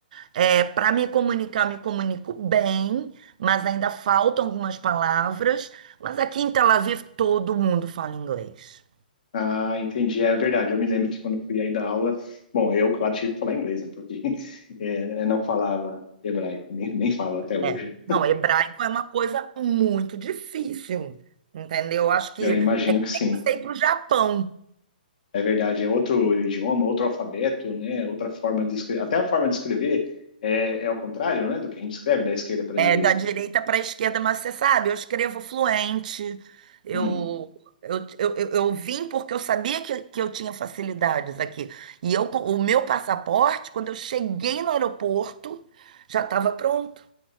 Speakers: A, on the right; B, on the left.
A: É, para me comunicar, me comunico bem, mas ainda faltam algumas palavras. Mas aqui em Tel Aviv todo mundo fala inglês.
B: Ah, entendi. É verdade. Eu me lembro que quando eu fui aí dar aula, bom, eu, claro, tive que falar inglês, né? Porque <laughs> eh, eu não falava hebraico, nem, nem falo até hoje.
A: É. Não, hebraico é uma coisa muito difícil, entendeu? Acho que
B: Eu imagino
A: é que
B: que sim.
A: tem que ser para o Japão.
B: É verdade. É outro idioma, outro alfabeto, né? Outra forma de escrever. Até a forma de escrever é, é ao contrário, né? Do que a gente escreve, da esquerda para a
A: É,
B: direita.
A: da direita para a esquerda, mas você sabe, eu escrevo fluente, eu,
B: Hum,
A: eu, eu, eu eu vim porque eu sabia que, que eu tinha facilidades aqui. E eu, co- o meu passaporte, quando eu cheguei no aeroporto, já estava pronto.